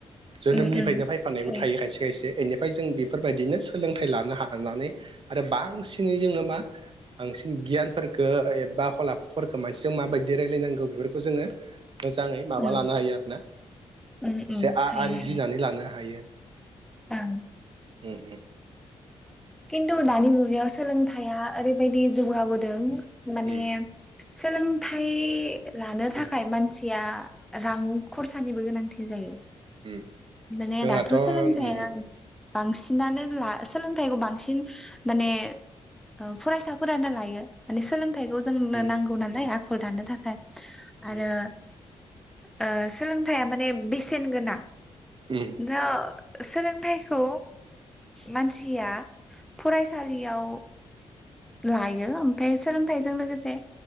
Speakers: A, on the right; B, in the centre.
A: जोनोमनिफ्रायनो
B: उम उम
A: फायफानायबो
B: हायो
A: थायो खायसे खायसे इनि फ्राय जों बेफोरबायदिनो सोलोंथाइ लानो हानानै आरो बांसिनै जोङो मा बांसिन गियानफोरखो एबा आखल आखुफोरखो मानसिजों माबायदि रायलायनांगो बेफोरखौ जोङो मोजांङै माबा
B: उम
A: लानो हायो आरो ना
B: उम
A: एसे
B: उम
A: आ-आरजिनानै
B: हायो हायो
A: लानो हायो।
B: ओं
A: उम उम।
B: खिन्थु दानि मुगायाव सोलोंथाइआ ओरैबायदि जौगाबोदों माने
A: उम
B: सोलोंथाइ लानो
A: उम
B: थाखाय मानसिया रां खरसानिबो गोनांथि जायो।
A: उम उम
B: माने
A: जोंहाथ'
B: दाथ'
A: उम
B: सोलोंथाइया बांसिनानो ला सोलोंथाइखौ बां सिन माने ओ फरायसाफोरानो लायो माने सोंलोंथाय खौ जोंनो
A: उम
B: नांगौ नालाय आखल दानो थाखाय आरो
A: उम
B: ओ सोलोंथाइया माने बेसेन गोनां।
A: उम
B: नो सोलोंथाइखौ मानसिया फरायसालियाव लायो ओमफाय सोलोंथाइजों लोगोसे